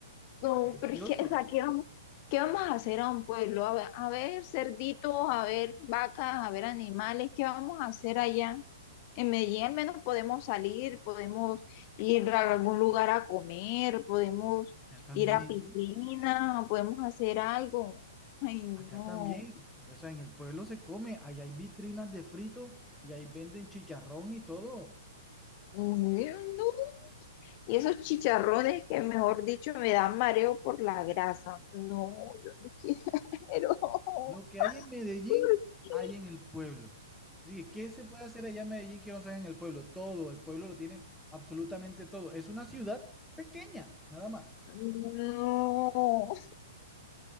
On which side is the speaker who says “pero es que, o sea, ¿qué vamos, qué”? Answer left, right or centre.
Left